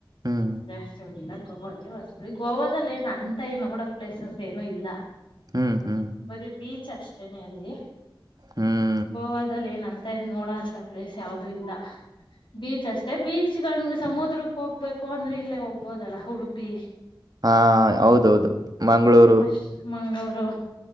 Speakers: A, on the right; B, on the left.
A: ಹ್ಮ್
B: ಜಾಸ್ತಿ ಹೋಗಿಲ್ಲ ಗೋವಾಗೆ ವಸ್ತ ಗೋವಾದಲ್ಲಿ ಏನ್ ಅಂತ ಈ ನೋಡೋ ಪ್ಲೇಸಸ್ ಏನು ಇಲ್ಲ
A: ಹ್ಮ್ ಹ್ಮ್
B: ಬರೀ ಬೀಚ್ ಅಷ್ಟೇನೆ ಅಲ್ಲಿ
A: ಹ್ಮ್
B: ಬೋವಾದಲ್ಲಿ ಏನ್ ಅಂತ ನೋಡ ಅಂತ ಪ್ಲೇಸ್ ಯಾವ್ದೂ ಇಲ್ಲ ಬೀಚ್ ಅಷ್ಟೆ ಬೀಚ್ ನ್ ಸಮುದ್ರ ಹೋಗ್ಬೇಕು ಅಂದ್ರೆ ಇಲ್ಲೇ ಹೋಗ್ಬೋದಲ್ಲ ಉಡುಪಿ
A: ಹಾ ಹೌದೌದು ಮಂ್ಗಳೂರು
B: ಅಶ್ ಮಂಗಗಳೂರು